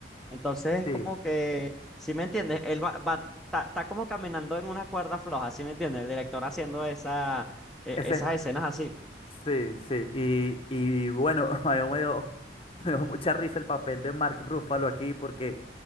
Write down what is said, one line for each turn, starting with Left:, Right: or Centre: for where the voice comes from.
Centre: Entonces es
Left: sí.
Centre: como que, si me entiendes? Él va, va- está, está como caminando en una cuerda floja, ¿sí me entiendes? El director haciendo esa, e-
Left: Ese
Centre: esas
Left: es.
Centre: escenas así.
Left: Sí, sí, y, y bueno, <laughs> a mí me dio, me dio mucha risa el papel de Mark Ruffalo aquí porque